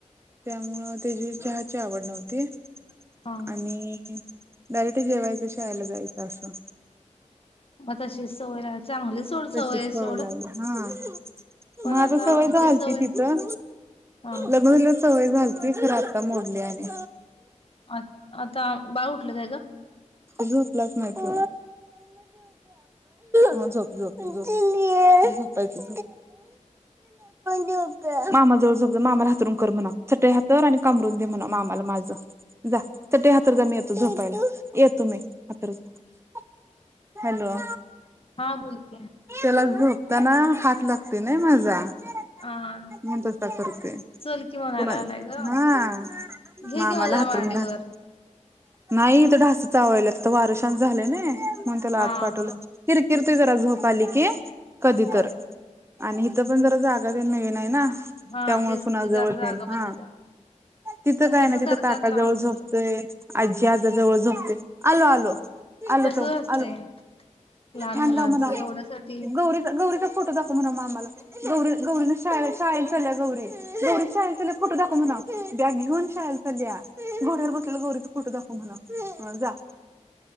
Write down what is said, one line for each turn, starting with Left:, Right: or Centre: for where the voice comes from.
Right: त्यामुळं त्याजी चहाची आवड नव्हती
Left: हा.
Right: आणि डायरेक्ट जेवायचं शाळेला जायचं असं
Left: म तशी सवय लागल चांगली सोड
Right: तशीच
Left: सवय ये सोड
Right: लागली हा
Left: पण
Right: माग
Left: आता
Right: सवय
Left: आमची
Right: झालती
Left: सवय
Right: तिथं
Left: हा
Right: लग्न झाल्यावर सवय झालती खरं आता मोडली आणि
Left: आ आता बाळ उठलं काय ग
Right: झोपलाच नाय त्यो हं झोप झोप झोप झोपायचं झोपा मामा जवळ झोप जा मामाला अंथरूण कर म्हणाव चटई हातर आणि कामरुन दे म्हणाव मामला माझं जा चटई हात हातर जा मी येतो झोपायला येतो मी हाथर जा हॅलो
Left: हा बोल क्या
Right: त्याला झोपताना हात लागतोय नाय माझा म्हणून
Left: हा
Right: तसा करतोय.
Left: चल की म्हणायला
Right: कुणा
Left: लागलाय ग.
Right: हा
Left: घे
Right: मामाला
Left: कि म जरा
Right: हातरून
Left: मांडीवर
Right: घाल नाही इथं ढास चावल्यात आता वार शान्त झालं नय म्हणून त्याला
Left: हा
Right: आत पाठवलं.
Left: हा
Right: किरकिरतोय जरा झोप आली की कधीतर
Left: बर.
Right: आणि हिथं पण जरा जागा तेनं नवीन हाय ना
Left: हा
Right: त्यामुळ
Left: तेच
Right: कुणा
Left: की
Right: जवळ
Left: जरा जागा
Right: तेन हा
Left: बदलल्या
Right: तिथं काय
Left: तसं
Right: नाय तिथं
Left: करतात
Right: काका
Left: लहान
Right: जवळ झोप
Left: मुलं
Right: तय अज्जी आजा जवळ झोपतय आलो आलो आलो
Left: तसच
Right: तो
Left: असतंय
Right: आलो
Left: लहान
Right: फॅन
Left: मुलांचं
Right: लाव म्हणाव
Left: एवढ्यासाठी
Right: गौरी गौरीचा फोटो दाख च म्हणाव मामाला गौरी गौरीनं शाळे शाळेला चाल्या गौरी गौरी चा शाळेला चाललेला फोटो दाखव म्हणाव बॅग घेऊन शालेला चलल्या घोड्यावर बस तिला गौरीचा फोटो दाखव म्हणा हं जा